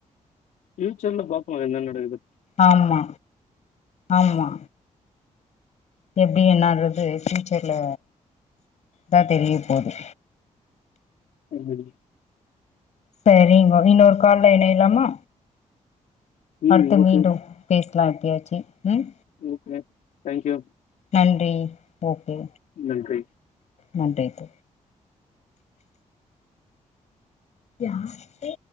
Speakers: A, on the left; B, on the left.
A: ப்யூச்சர்ல பாக்லா என்ன நடக்குதுன்
B: ஆம்மா ஆம்மா எப்டி என்னன்றது ஃபியூச்சர்ல தா தெரிய போது
A: அது சரி
B: சேரி இன்னொரு கால்ல எனயலாமா அடுத்து
A: ம் ஓகே
B: மீண்டும் பேஸ்லா எப்பயாச்சி ம்
A: ஓகே தேங்க் யூ
B: நன்றி ஓகே
A: நன்றி
B: நன்றித் அடியாத்தி